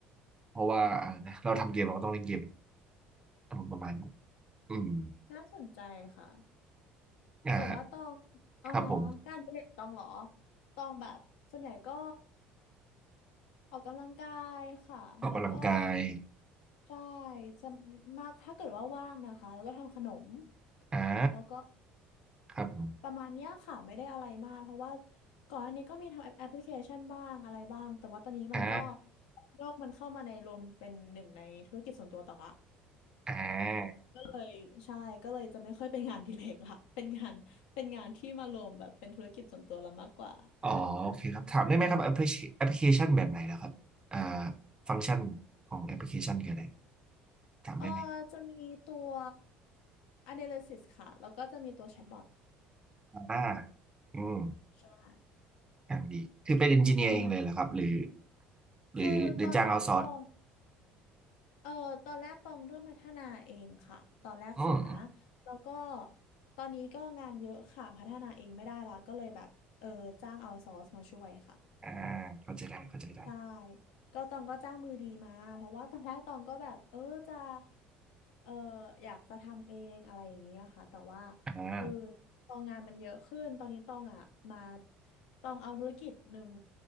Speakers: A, on the right; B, on the left.
A: เพราะว่าอานะเราทำเกมเราก็ต้องเล่นเกมอารมณ์ประมาณนี้อืม
B: ำ น่าสนใจค่ะ
A: อ่าฮะ
B: แต่ว่าตองอ๋อฮะการอดิเรกตองเหรอ
A: ครับผม
B: ตองแบบส่วนใหญ่ก็ ออกกำลังกายค่ะ
A: ออกกำลังกาย
B: แล้วก็ใช่สำมากถ้าเกิดว่าว่างนะคะ แล้วก็ทำขนม
A: อ่า
B: แล้วก็
A: ครับอม
B: ประมาณเนี้ยค่ะ ไม่ได้อะไรมาก เพราะว่าก่อนอันนี้ก็มีทำแอปพลิเคชันบ้างอะไรบ้าง แต่ว่าตอนนี้มันก็
A: อ่า
B: โลกมันเข้ามาในรวมเป็นหนึ่งในธุรกิจส่วนตัวต่างละ
A: อ่า
B: ก็เลยใช่ ก็เลยจะไม่ค่อยเป็นงานอดิเรกละ <laughs> เป็นงานเป็นงานที่มารวมแบบเป็นธุรกิจส่วนตัวละมากกว่า
A: อ๋อโอเคครับถามได้ไหมครับแอปพลิเคแอปพลิเคชันแบบไหนแล้วครับอ่าฟังก์ชันของแอปพลิเคชันคืออะไรถามได้ไหม
B: เออจะมีตัว analysis ค่ะแล้วก็จะมีตัว chatbot
A: อ่าอืม
B: ใช่
A: อย่างดีคือเป็นเอนจิเนียร์เองเลยเหรอครับหรือ
B: ประมาณ
A: หรือหรือจ้างเอาซอร์ส
B: คือตอนแรกตองเออตอนแรกตองเริ่มพัฒนาเองค่ะตอนแรกสุดนะ
A: อืมอม
B: แล้วก็ตอนนี้ก็งานเยอะค่ะพัฒนาเองไม่ได้ละก็เลยแบบเออจ้างเอาซอร์สมาช่วยค่ะ
A: อ่าเข้าใจได้เข้าใจได้
B: ใช่ก็ตองก็จ้างมือดีมาเพราะว่าตอนแรกตองก็แบบเออจะเอออยากจะทำเองอะไรอย่างนี้นะคะแต่ว่า
A: อ่า
B: คือตองงานมันเยอะขึ้นตอนนี้ตองอ่ะมาตองเอาธุรกิจหนึ่ง